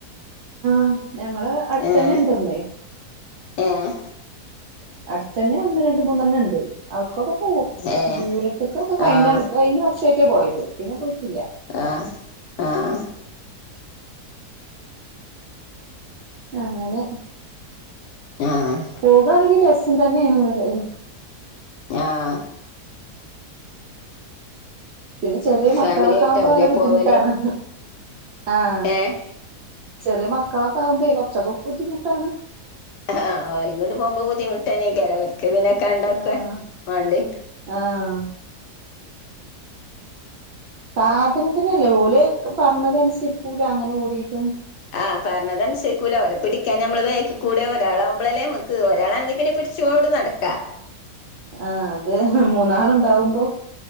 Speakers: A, on the right (about 75°); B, on the left (about 80°).
A: മം ഞങ്ങളെ അടുത്തന്നെ
B: ഏഹ്
A: ഇണ്ട് ഒന്ന്.
B: ഏഹ്
A: അടുത്ത തന്നെ ഒന്ന് രണ്ട് മൂന്നെണ്ണം ഉണ്ട് അവിടക്കൊക്കെ പോകും.
B: ഏഹ്
A: ദൂരത്ത്ക്കൊക്കെ കഴിഞ്ഞ
B: ആഹ്
A: കൊ കഴിഞ്ഞ വർഷമായിട്ടാ പോയത് പിന്നെ പോയിട്ടില്ല.
B: ആഹ് ആഹ്
A: അങ്ങനെ
B: ആഹ്
A: പോകാണെങ്കിൽ രസം തന്നെണ് ന്നാല്
B: ആഹ്
A: പിന്നെ ചെറിയ
B: ഫാമിലി
A: മക്കളൊക്കെ
B: ആയിട്ടാവൂലേ
A: ആകുമ്പോ നല്ല ബുദ്ധിമുട്ടാണ്
B: പോവല്?
A: ആഹ്
B: ഏഹ്
A: ചെറിയ മക്കളൊക്കെ ആകുമ്പോ കുറച്ചൊക്കെ ബുദ്ധിമുട്ടാണ്.
B: ആഹ് ഓലെയും കൂടി പോകുമ്പോ ബുദ്ധിമുട്ട് തന്നെക്കാരം അവർക്ക് പിന്നെ കണ്ടൊക്കെ
A: ഉം
B: വേണ്ടേ.
A: ആഹ് സാധനത്തിനല്ല ഓല് പറഞ്ഞത് അനുസരിക്കൂല അങ്ങനെ ഓടീട്ടും
B: ആ പറഞ്ഞത് അനുസരിക്കൂല ഒലെ പിടിക്കാനമ്മള് കൂടെ ഒരാളാവുമ്പോളല്ലേ നമുക്ക് ഒരാണെങ്കിൽ പിന്നെ പിടി പിടിച്ചോണ്ട് നടക്കാം.
A: ആഹ് അതെ മൂന്നാളുണ്ടാവുമ്പോ.